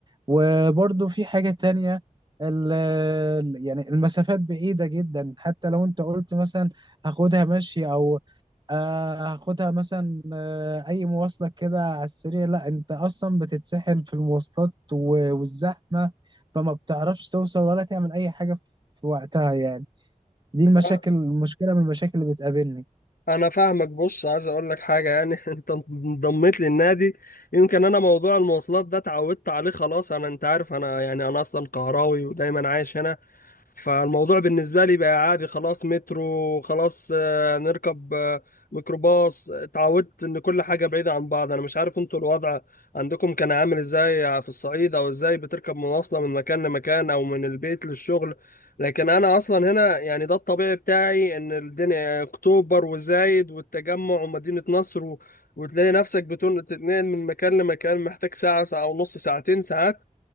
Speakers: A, on the right; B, on the left.
A: وبرضه في حاجة تانية ال- ال- يعني المسافات بعيدة جدا حتى لو انت قلت مثلا هاخدها مشي او آه، هاخدها مثلا آه، اي مواصلة كده على السريع لا انت اصلا بتتسحل في المواصلات و- والزحمة فما بتعرفش توصل ولا تعمل اي حاجة في في وقتها يعني دي المشاكل
B: أه،
A: مشكلة من المشاكل اللي بتقابلني
B: أنا فاهمك بص عايز أقول لك حاجة يعني <laughs> أنت انضميت للنادي يمكن أنا موضوع المواصلات ده اتعودت عليه خلاص أنا أنت عارف أنا يعني أنا أصلا قهراوي ودايما عايش هنا فالموضوع بالنسبة لي بقى عادي خلاص مترو خلاص آه، نركب آه، ميكروباص اتعودت ان كل حاجة بعيدة عن بعض انا مش عارف انتوا الوضع عندكم كان عامل ازاي في الصعيد او ازاي بتركب مواصلة من مكان لمكان او من البيت للشغل لكن انا اصلا هنا يعني ده الطبيعي بتاعي ان الدنيا اكتوبر وزايد والتجمع ومدينة نصر و... وتلاقي نفسك بتنقل تتنقل من مكان لمكان محتاج ساعة ساعة ونص ساعتين ساعات